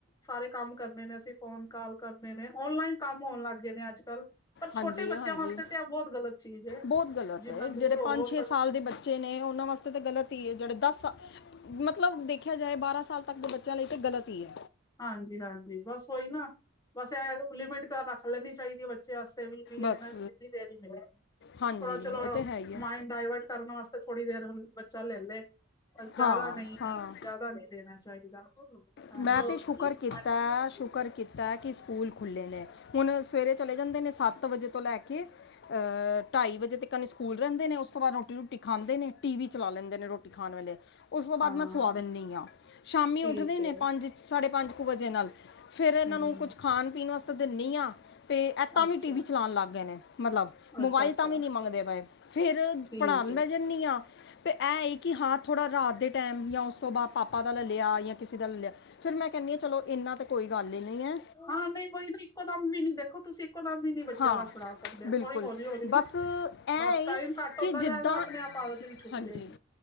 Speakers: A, on the left; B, on the left.
A: ਸਾਰੇ ਕੰਮ ਕਰਨੇ ਨੇ ਅਸੀਂ ਫੋਨ ਕਾਲ ਕਰਨੇ ਨੇ ਓਨਲਾਈਨ ਕੰਮ ਹੋਨ ਲਾਗੇ ਨੇ ਅੱਜ-ਕੱਲ ਪਰ
B: ਹਾਂਜੀ
A: ਛੋਟੇ ਬੱਚੇਆਂ
B: ਹਾਂਜੀ
A: ਵਾਸਤੇ ਤੇ ਐ ਬੋਤ ਗ਼ਲਤ ਚੀਜ਼ ਐ,
B: ਬਹੁਤ ਗਲਤ
A: ਜਿੰਨਾ
B: ਹੈ
A: ਦੂਰ
B: ਜਿਹੜੇ
A: ਹੋਵੋ
B: ਸਾਲ ਦੇ ਬੱਚੇ ਨੇ ਓਨਾਂ ਵਾਸਤੇ ਤਾਂ ਗਲਤ ਤੀ ਏ ਜੇੜੇ ਦਸ ਸਾਲ ਮਤਲਬ ਦੇਖੇਆ ਜਾਏ ਬਾਰਾਂ ਸਾਲ ਤੱਕ ਦੇ ਬੱਚੇਆਂ ਲਈ ਤਾਂ ਗਲਤ ਈ ਐ।
A: ਹਾਂਜੀ-ਹਾਂਜੀ ਬਸ ਓਈ ਨਾ ਬਸ ਐ ਲਿਮਟ ਰੱਖ ਲੈਨੀ ਚਾਈਦੀ ਐ ਬੱਚੇ ਵਾਸਤੇ ਵੀ। ਵੀ
B: ਬਸ
A: ਓਨਾ ਕਿੰਨੀ ਦੇਰ ਈ ਮਿਲਿਆ।
B: ਹਾਂਜੀ
A: ਥੋੜਾ ਚਲੋ
B: ਇਹ ਤਾਂ ਹੈ ਹੀ ਹੈ
A: ਮਾਇੰਡ ਡਾਇਵਰਟ ਕਰਨ ਵਾਸਤੇ ਥੋੜੀ ਦੇਰ ਬੱਚਾ ਲੈ ਲੇ। ਬਸ ਜਾਦਾ
B: ਹਾਂ
A: ਨਈ
B: ਹਾਂ
A: ਜਾਦਾ ਨਈ ਦੇਨਾ ਚਾਈਦਾ <unintelligible> ਹਾਂਜੀ।
B: ਮੈਂ ਤੇ ਸ਼ੁਕਰ ਕੀਤਾ
A: ਹਾਂਜੀ
B: ਸ਼ੁਕਰ ਕੀਤਾ ਕੀ ਸਕੂਲ ਖੁੱਲੇ ਨੇ, ਹੁਨ ਸਵੇਰੇ ਚਲੇ ਜਾਂਦੇ ਨੇ ਸੱਤ ਵਜੇ ਤੋਂ ਲੈ ਕੇ ਅਹ ਢਾਈ ਵਜੇ ਤੱਕ ਕਨ ਸਕੂਲ ਰੈਂਦੇ ਨੇ ਉਸ ਤੋਂ ਬਾਦ ਰੋਟੀ ਰੂਟੀ ਖਾਂਦੇ ਨੇ ਟੀ ਵੀ ਚਲਾ ਲੈਂਦੇ ਨੇ ਰੋਟੀ ਖਾਨ ਵੇਲੇ। ਉਸ ਤੋਂ ਬਾਦ
A: ਹਾਂ
B: ਮੈਂ ਸੁਆ ਦਿੰਨੀ ਆਂ, ਸ਼ਾਮੀ ਉੱਠਦੇ
A: ਠੀਕ
B: ਨੇ
A: ਹੈ
B: ਪੰਜ ਸਾਢੇ ਪੰਜ ਕੁ ਵਜੇ ਨਾਲ ਫੇਰ ਏਨਾਂ
A: ਹਮ
B: ਨੂੰ ਕੁਝ ਖਾਨ ਪੀਨ ਵਾਸ ਦਿੰਨੀ ਆ ਤੇ ਐ ਤਾਂ
A: ਅੱਛਾ
B: ਵੀ ਟੀ ਵੀ ਚਲਾਨ ਲੱਗ ਗਏ ਨੇ ਮਤਲਬ ਮੋਬਾਈਲ
A: ਅੱਛਾ ਅੱਛਾ
B: ਤਾਂ ਵੀ ਨੀ ਮੰਗਦੇ ਪਏ ਫੇਰ
A: ਠੀਕ
B: ਪੜਾਨ
A: ਹੈ
B: ਬੈ ਜੇ ਦਿੰਨੀ ਆਂ ਤੇ ਐ ਕੀ ਹਾਂ ਥੋੜਾ ਰਾਤ ਦੇ ਟੈਮ ਜਾਂ ਉਸ ਤੋਂ ਬਾਦ ਪਾਪਾ ਦਾ ਲੈ ਲੇਆ ਜਾਂ ਕਿਸੀ ਦਾ ਲੱ ਲੇਆ, ਫੇਰ ਮੈਂ ਕੈਨੀ ਆਂ ਚਲੋ ਇੰਨਾਂ ਤਾਂ ਕੋਈ ਗੱਲ ਈ ਨਈਂ ਐ।
A: ਹਾਂ ਨਈਂ ਕੋਈ ਨੀ ਇੱਕੋ ਦਮ ਵੀ ਨੀ ਦੇਖੋ ਤੁਸੀਂ ਇੱਕੋ ਦਮ ਵੀ ਨੀ ਬੱਚਿਆਂ
B: ਹਾਂ
A: ਦਾ ਛੁਡਾ ਸਕਦੇ
B: ਬਿਲਕੁਲ
A: ਥੋੜੀ ਹੌਲੀ-ਹੌਲੀ
B: ਬਸ
A: ਨਾ
B: ਇਹ
A: ਬਸ
B: ਏ
A: ਟਾਈਮ ਘੱਟ
B: ਕਿ
A: ਹੁੰਦਾ
B: ਜਿੱਦਾਂ
A: ਜਾਏਗਾ ਆਪਨੇ ਆਪ ਆਦਤ ਵੀ ਛੁਟ
B: ਹਾਂਜੀ
A: ਜਾਏਗੀ।